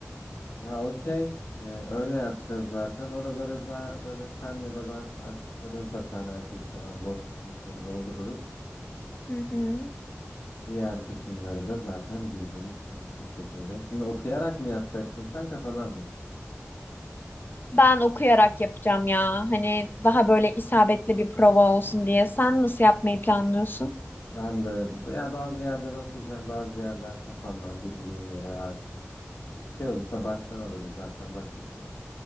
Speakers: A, on the left; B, on the left.
A: Ya okey. Ee, öyle yapacağız zaten. Oraları da böyle sen ya da ben artık kadınsa sen erkekse ben boşlukları doldururuz.
B: Hı hı.
A: Diğer kısımları da zaten bizim biz bir şekilde. Şimdi okuyarak mı yapacaksın sen kafadan mı?
B: Ben okuyarak yapacağım ya. Hani daha
A: Evet.
B: böyle isabetli bir prova olsun diye. Sen nasıl yapmayı planlıyorsun?
A: Ben de ya bazı yerleri okuyacağım bazı yerler kafamdan bildiğim yere artık. Bir şey olursa baştan alırız zaten baş başayız.